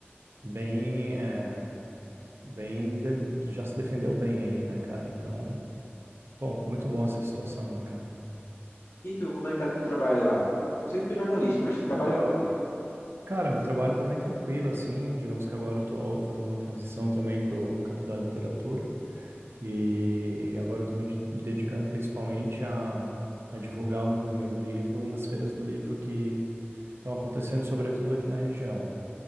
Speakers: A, on the right (about 65°); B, on the left (about 75°).
A: bem, é, bem, de- já se defendeu bem aí, né, cara? Então, pô, muito bom essa situação, né, cara?
B: E tu, como é que tá no teu trabalho lá? Tu, eu sei que tu é jornalista, mas tu trabalha onde?
A: Cara, meu trabalho tá bem tranquilo, assim, digamos que agora eu tô fazendo uma transição também pro campo da literatura. E agora eu estou me de- dedicando principalmente a, a divulgar o meu primeiro livro nas feiras do livro que estão acontecendo, sobretudo aqui na região, né?